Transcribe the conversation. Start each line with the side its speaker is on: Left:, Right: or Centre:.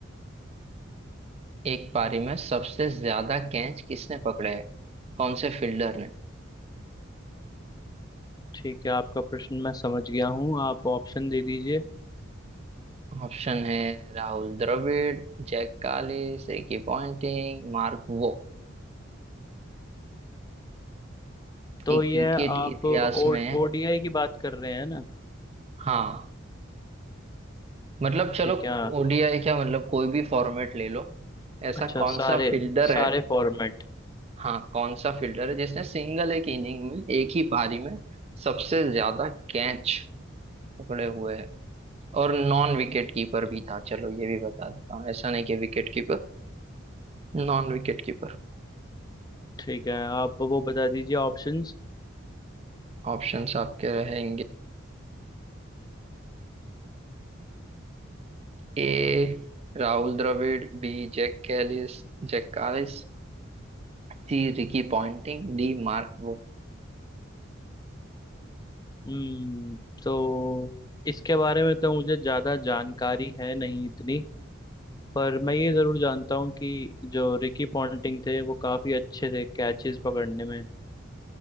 Right: एक पारी में सबसे ज्यादा कैच किसने पकड़े हैं कौन से फील्डर
Left: ठीक है आपका प्रश्न मैं समझ गया हूँ आप ऑप्शन दे दीजिए
Right: ऑप्शन है Rahul Dravid Jacques Kallis Ricky Ponting Mark Waugh
Left: तो
Right: एक
Left: ये
Right: क्रिकेट
Left: आप
Right: इतिहास
Left: ओ
Right: में
Left: ओडीआई की बात कर रहे हैं ना
Right: हाँ मतलब चलो
Left: ठीक है हाँ
Right: ओडीआई क्या मतलब कोई भी फॉर्मेट ले लो ऐसा
Left: अच्छा
Right: कौन
Left: सारे
Right: सा फील्डर
Left: सारे
Right: है
Left: फॉर्मेट
Right: हाँ कौन सा फील्डर है जिसने सिंगल एक इनिंग में एक ही पारी में सबसे ज्यादा कैच पकड़े हुए हैं और नॉन विकेट कीपर भी था चलो ये भी बता देता हूँ ऐसा नहीं कि wicket keeper non wicket keeper
Left: ठीक है आप वो बता दीजिए ऑप्शंस
Right: Options आपके रहेंगे ए Rahul Dravid B Jacques Kallis Jacques Kallis C Ricky Ponting D Mark Waugh
Left: हम्म तो इसके बारे में तो मुझे ज़्यादा जानकारी है नहीं इतनी पर मैं ये ज़रूर जानता हूँ कि जो रिकी पॉन्टिंग थे वो काफ़ी अच्छे थे कैचेस पकड़ने में